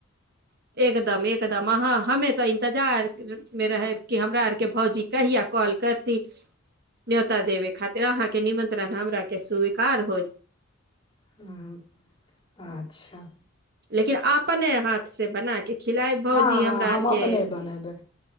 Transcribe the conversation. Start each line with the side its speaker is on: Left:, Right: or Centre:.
Right: <inaudible> एकदम एकदम अहाँ हमे तऽ इन्तजारमे रहब कि हमरा आर केँ भौउजी कहिया कॉल कर ती <inaudible> न्योता देबे खातिर अहाँ केँ निमंत्रण हमरा केँ स्वीकार होयत
Left: हूं <inaudible> अच्छा
Right: लेकिन अपने हाथ से बना कऽ खिलायब भौजी
Left: हँ
Right: हमरा
Left: हँ हम
Right: आर
Left: अपने
Right: केँ
Left: बनेबै